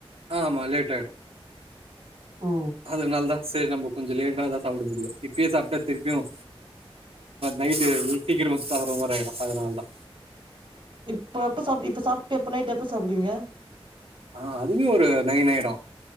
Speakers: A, on the right; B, on the right.
A: ஆமா லேட்டாயிடும்
B: ஓ
A: அதுனால தா சேரி நம்ம கொஞ்சம் லேட்டாதா சாப்ட முடியும் இப்பயே சாப்ட்டா திருப்பியும் நைட்டு சீக்கிரமா வந்து சாப்ற மாரியாய்டும் அதனால தா
B: இப்ப எப்ப சாப் இப்ப சாப்ட்டு எப்ப நைட்டு எப்ப சாப்டுவீங்க
A: அ அதுவே ஒரு நைன் ஆய்டும்